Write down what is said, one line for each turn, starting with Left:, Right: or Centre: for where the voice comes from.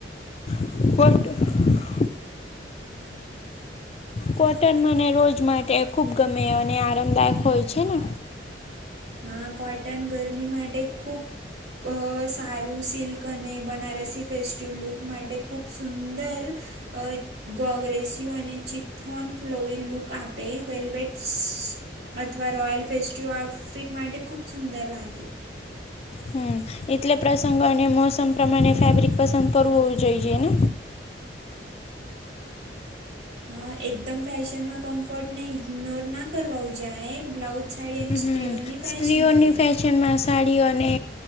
Left: <unintelligible> કોટન મને રોજ માટે ખુબ ગમે અને આરામદાયક હોય છે ને
Right: હા કોટન ગરમી માટે ખુબ અ સારું સિલ્ક અને બનારસી ફેસ્ટિવ લૂક માટે ખૂબ સુંદર અ ગોગ્રેસિવ અને ચિપફોન ફ્લોઈ લુક આપે વેલ્વેટસ અ અથવા રોયલ ફેસ્ટીવ આઉટ ફીટમાટે ખૂબ સુંદર લાગે.
Left: હમ્મ એટલે પ્રસંગ અને મોસમ પ્રમાણે ફેબ્રિક પસંદ કરવું જોઈએ ને
Right: હા એકદમ ફેશનમાં કમ્ફર્ટ ને ઇગ્નોર ના કરવા ઉ‌ જાય બ્લાઉઝ સાડી અને
Left: હમ
Right: સ્ત્રીઓની ફેશન
Left: સ્ત્રીઓની
Right: હોય
Left: ફેસ શન માં સાડી ઓ અને